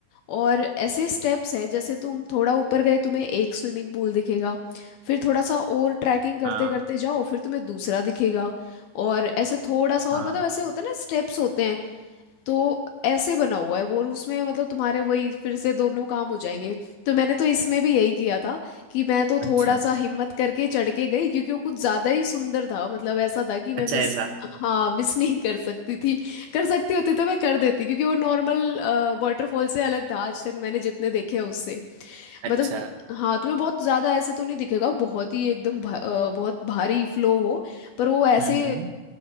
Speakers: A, on the left; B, on the right.
A: और ऐसे स्टेप्स है जैसे तुम थोड़ा ऊपर गए तुम्हें एक स्विमिंग पूल दिखेगा फिर थोड़ा सा और ट्रैकिंग करते
B: हाँ
A: करते जाओ फिर तुम्हें दूसरा दिखेगा और ऐसे थोड़ा सा और
B: हाँ
A: मतलब ऐसे होता है ना स्टेप्स होते हैं तो ऐसे बना हुआ है वो और उसमें मतलब तुम्हारे वही फिर से दोनों काम हो जाएंगे तो मैंने तो इसमें भी यही किया था कि मैं तो
B: अच्छा
A: थोड़ा सा हिम्मत करके चढ़ के गई क्योंकि वो कुछ ज्यादा ही सुंदर था मतलब ऐसा था कि मैं
B: अच्छा
A: मिस
B: ऐसा
A: हाँ मिस नहीं कर सकती थी कर सकती होती तो मैं कर देती क्योंकि वो नॉर्मल वाटरफॉल से अलग था आज तक मैंने जितने देखे हैं उससे
B: अच्छा
A: मतलब हाँ तुम्हें बहुत ज़्यादा ऐसे तो नहीं दिखेगा बहुत ही एकदम भा, अ, बहुत भारी फ्लो हो पर वो ऐसे
B: हम्म हम्म